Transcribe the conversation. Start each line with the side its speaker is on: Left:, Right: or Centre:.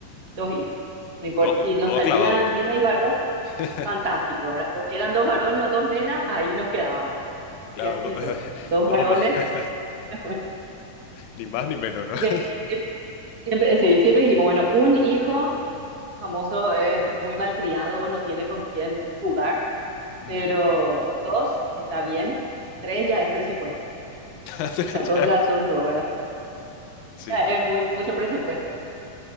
Right: dos hijos. No importa
Left: do,
Right: si nos
Left: do
Right: salía
Left: clavado,
Right: nena
Left: digo,
Right: y varón
Left: ¿no? <laughs>
Right: fantástico, ¿verdad? Pues si eran dos varones o dos nenas, ahí nos quedábamos.
Left: Claro,
Right: Y así
Left: do,
Right: fue.
Left: <laughs>
Right: Dos varones,
Left: do más, <laughs>
Right: <laughs> bueno,
Left: ni más ni menos, ¿no?
Right: porque
Left: <laughs>
Right: sie- siempre, sí, siempre dijimos, bueno, un hijo famoso es muy malcriado o no tiene con quién jugar,
Left: Mm.
Right: pero dos está bien, tres ya es presupuesto.
Left: <laughs>
Right: O sea, dos
Left: Ya,
Right: ya
Left: por
Right: son
Left: supuesto.
Right: dos, ¿verdad?
Left: Sí.
Right: Ya es muy, mucho presupuesto.